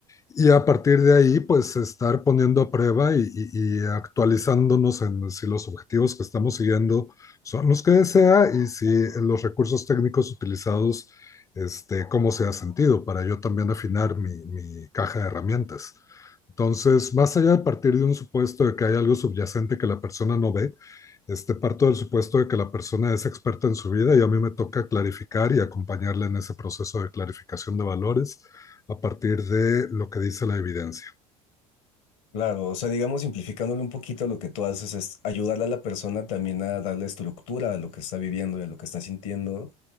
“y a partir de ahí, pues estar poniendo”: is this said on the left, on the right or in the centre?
Left